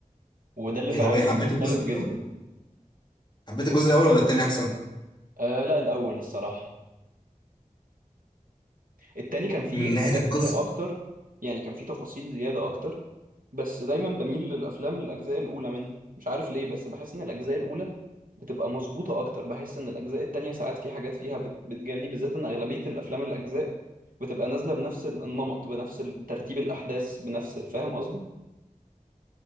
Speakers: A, on the right; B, on the left.
A: وده اللي
B: ايه
A: فعلا
B: طب ايه حبيت
A: كان مختلف
B: الجزء
A: جدا
B: الاول حبيت الجزء الاول ولا التاني احسن
A: آه لا الأول الصراحة التاني كان فيه
B: من ناحيه
A: حاجات
B: القصه
A: أكتر يعني كان فيه تفاصيل زيادة أكتر بس دايما بميل للافلام الاجزاء الاولى منها مش عارف ليه بس بحس ان الاجزاء الاولى بتبقى مظبوطه اكتر بحس ان الاجزاء التانية ساعات في حاجات فيها بت- بتجلي بالذات ان اغلبيه الافلام الاجزاء بتبقى نازله بنفس النمط بنفس ترتيب الاحداث بنفس فاهم قصدي